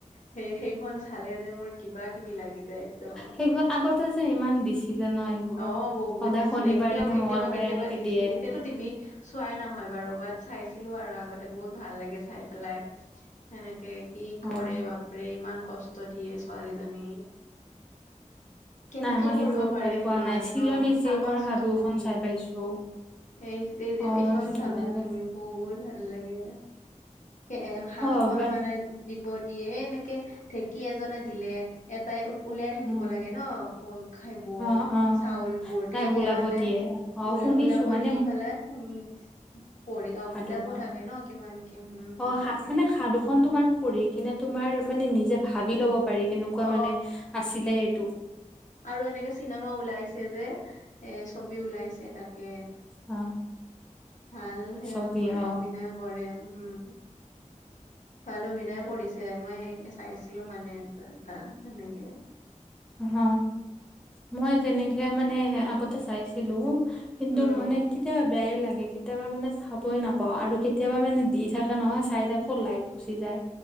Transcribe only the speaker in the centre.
সেই আগতে যে ইমান দিছিলে ন এইবোৰ
সদায়
শনিবাৰে
নে
মংগলবাৰে
এনেকে
দিয়ে
অ
নাই মই
সেইখন
চাই পোৱা
নাই। চিলনী
জীয়েকৰ
সাধুখন
চাই পাইছো।
অ
চিলনী
জীয়েক
অ বাট
অ
অ অ
তাইক
ওলাব
দিয়ে, অ
শুনিছো
মান
সাধুখন
অ
সা মানে সাধুখন তোমাৰ পঢ়ি কিনে তোমাৰ মানে নিজে ভাবি ল'ব পাৰি কেনেকুৱা
মানে আছিলে এইটো।
অ
ছবি
অ
হ মই তেনেকে মানে আগতে চাইছিলো। কিন্তু
মানে কেতিয়াবা বেয়াই লাগে কেতিয়াবা মানে চাবই নাপাওঁ আৰু কে তিয়াবা মানে দি থাকা নহয় চাই থাকো লাইক গুচি যায়